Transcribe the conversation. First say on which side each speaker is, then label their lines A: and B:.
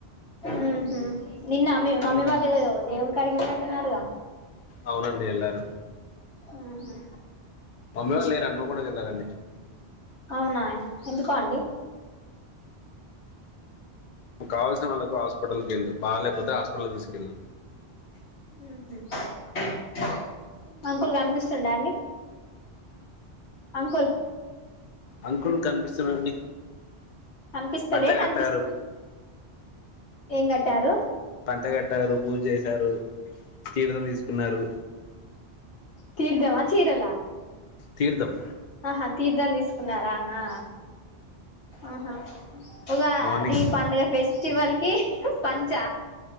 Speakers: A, on the left; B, on the left.
A: మ్మ్ హ్మ్ నిన్న మి మమ్మీ
B: హ్మ్.
A: వాళ్ళు ఏదో దేవుడి కాడికి పోయినట్టు ఉన్నారుగా
B: అవునండి ఎళ్లారు
A: ఆహా
B: తమ్ముడాళ్ళు లేరు హాన్మకొండ కి వెళ్లారు అండి
A: అవునా ఎందుకో అండి
B: కావాల్సిన వాళ్ళకు హాస్పిటల్కి వెళ్ళి బాలేకపోతే హాస్పిటల్కి తీసుకెళ్ళి
A: ఉహు అంకుల్ కనిపిస్తుండ అండి అంకుల్
B: అంకుల్ కనిపిస్తున్నా అండి
A: కనిపిస్తలే
B: పంచ కట్టారు
A: కనిపిస్ ఏం కట్టారు
B: పంట కట్టారు. పూజ చేసారు. తీర్థం తీసుకున్నారు.
A: తీర్దమా చీరలా
B: తీర్ధం
A: ఆహా తీర్థం తీసుకున్నారా ఆ ఆహా ఇగ
B: మార్నింగ్
A: అది పండుగ ఫెస్టివల్ కి పంచ